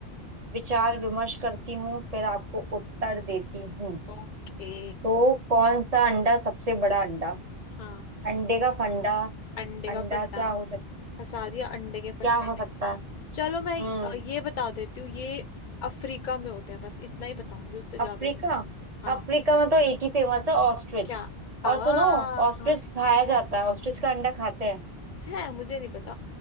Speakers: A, on the right; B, on the left.
A: विचार विमर्श करती हूँ फिर आपको उत्तर देती हूँ
B: ओके
A: तो कौन सा अंडा सबसे बड़ा अंडा
B: हाँ
A: अंडे का फंडा
B: अंडे
A: अंडा
B: का फंडा
A: क्या हो सक
B: फंसा दिया अंडे के फंडे
A: क्या हो सकता
B: ने।
A: है
B: चलो मैं
A: हम्म
B: अ, ये बता देती हूँ ये अफ्रीका में होते हैं बस इतना ही बताऊंगी उससे
A: अफ्रीका
B: ज्यादा नहीं हाँ
A: अफ्रीका में तो एक ही फेमस है ऑस्ट्रिच
B: क्या आ
A: और सुनो ऑस्ट्रिच
B: हाँ
A: खाया जाता है ऑस्ट्रिच का अंडा खाते हैं
B: है मुझे नहीं पता